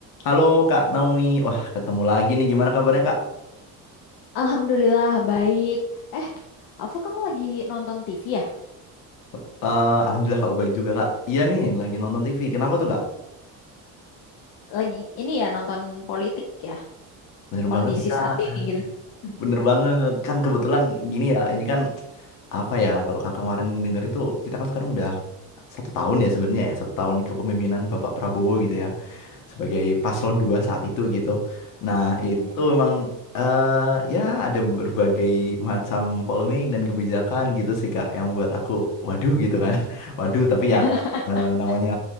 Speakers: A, on the left; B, on the left.
A: Halo Kak Naomi, wah ketemu lagi nih. Gimana kabarnya Kak?
B: Alhamdulillah baik. Alfa kamu lagi nonton TV ya?
A: Eh, Alhamdulillah kalau baik juga Kak. Iya nih, lagi nonton TV. Kenapa tuh Kak?
B: Lagi ini ya nonton politik ya?
A: Bener
B: Kondisi
A: banget nih Kak.
B: saat ini gitu.
A: Bener banget. Kan kebetulan gini ya, ini kan apa ya? Kalau Kakak kemarin denger itu, kita kan sekarang udah satu tahun ya sebenarnya ya, satu tahun kepemimpinan Bapak Prabowo gitu ya. sebagai paslon dua saat itu gitu. Nah,
B: Mm-mm.
A: itu memang eh ya ada berbagai macam polemik dan kebijakan gitu sih Kak yang buat aku waduh gitu kan. <laughs> Waduh, tapi
B: <laughs>
A: ya eh, namanya